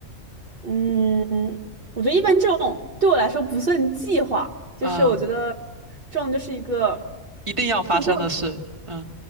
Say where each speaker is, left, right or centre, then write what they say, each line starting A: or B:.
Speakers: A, on the right (about 40°); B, on the right (about 20°).
A: 嗯，我觉得一般这种对我来说不算计划，就是我觉得
B: 嗯，
A: 这种就是一个
B: 一定要发生的事。
A: 就没有
B: 嗯